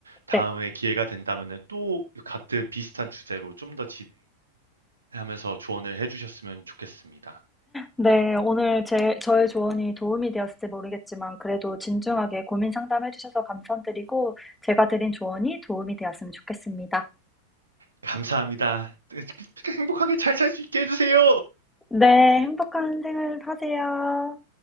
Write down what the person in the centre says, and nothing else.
네.
네, 오늘 제, 저의 조언이 도움이 되었을지 모르겠지만 그래도 진중하게 고민 상담해 주셔서 감사드리고 제가 드린 조언이 도움이 되었으면 좋겠습니다.
네, 행복한 생활 하세요